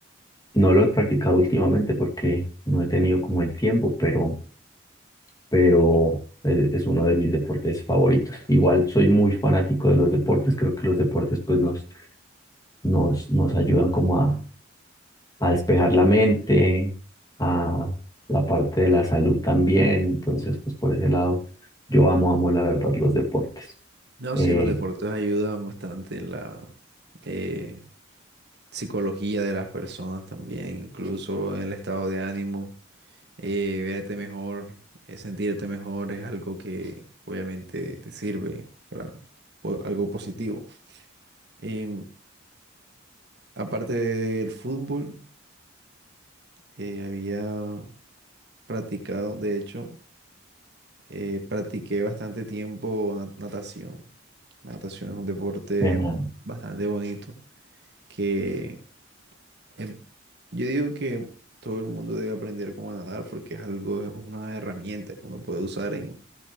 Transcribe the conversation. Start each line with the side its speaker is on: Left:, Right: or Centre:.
Left: no lo he practicado últimamente porque no he tenido como el tiempo, pero, pero es, es uno de mis deportes favoritos. Igual soy muy fanático de los deportes. Creo que los deportes pues nos, nos, nos ayudan como a, a despejar la mente, a la parte de la salud también. Entonces, pues por ese lado, yo amo, amo la verdad los deportes.
Right: No,
Left: Eh,
Right: sí, los deportes ayudan bastante en la eh, psicología de las personas también, incluso en el estado de ánimo, eh, verte mejor, eh, sentirte mejor es algo que obviamente te sirve para po- algo positivo. Em, aparte del fútbol, eh, había practicado, de hecho, eh, practiqué bastante tiempo na- natación. La natación es un deporte
Left: Genial.
Right: jo, bastante bonito que em, yo digo que todo el mundo debe aprender cómo nadar porque es algo, es una herramienta que uno puede usar en